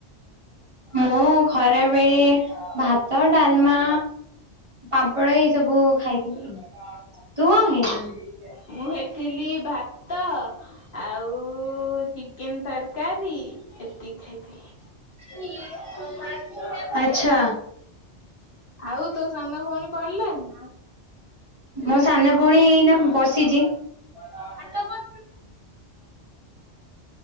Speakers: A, on the right; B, on the left.
A: ମୁଁ ଖରା ବେଳେ ଭାତ, ଡାଲମା ପାମ୍ପଡ଼ ଏଇ ସବୁ ଖାଇଥିଲି ତୁ କଣ ଖାଇଥିଲୁ?
B: ମୁଁ ଖାଇଥିଲି ଭାତ ଆଉ ଚିକେନ୍ ତରକାରୀ ଏତିକି ଖାଇଥିଲି।
A: <unintelligible> ଆଛା।
B: ଆଉ ତୋ ସାନ ଭଉଣୀ ପଢିଲାନି ନା।
A: ମୋ ସାନ ଭଉଣୀ ଏଇନା ବସିଛି। ଆଟମ